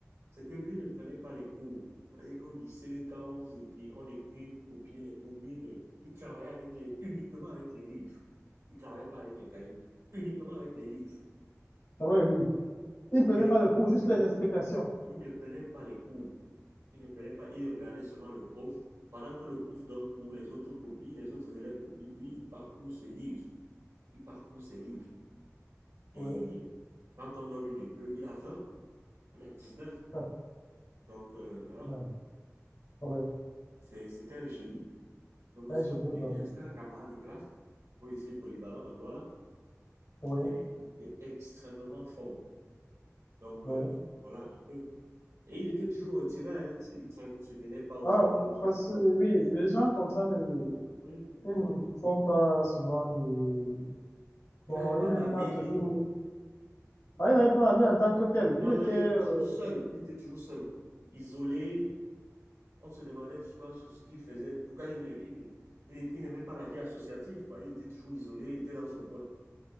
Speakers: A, on the right (about 70°); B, on the left (about 65°).
A: c'est que lui ne prenait pas les cours. C'est-à-dire qu'au lycée, quand on vous écrit, on écrit, vous copiez les cours, lui, ne- il travaillait avec les, uniquement avec les livres. Il ne travaillait pas avec les cahiers, uniquement avec les livres,
B: Ah ouais, lui. Il ne prenait
A: uniquement.
B: pas le cours, juste les explications.
A: Il ne prenait pas les cours. Il ne payait pas, il regardait seulement le prof. Pendant que le prof donne cours, les autres copient, les autres élèves copient, lui, il parcourt ses livres. Il parcourt ses livres. Et
B: Oui.
A: quand on donne une épreuve, il a vingt il a dix neuf
B: Ah,
A: Donc, euh, voilà,
B: non. Oui.
A: c'était un génie. Nobossy
B: C'est un génie,
A: Apollinaire,
B: vraiment.
A: c'était un camarade de classe, policier polyvalent à Douala. Il
B: Oui.
A: était, il était extrêmement fort. Donc,
B: Oui.
A: euh, voilà, un peu. Et il était toujours retiré, hein. Il ne se mêlait pas aux
B: Ah,
A: autres.
B: parce que oui, les gens comme ça ne,
A: Oui, il
B: ils ne font pas souvent de. Bon,
A: il n'avait pas
B: ils n'aiment
A: d'amis.
B: pas toujours.
A: Il était
B: Ah, il n'avait pas ami en tant que tel.
A: Non,
B: Il était.
A: non, il
B: euh,
A: était toujours seul. Il était toujours seul. Isolé. On se demandait tu vois, ce qu'il faisait, pourquoi il ne- il ne- il ne- il n'aimait pas la vie associative, quoi. Il était toujours isolé, il était dans son coin.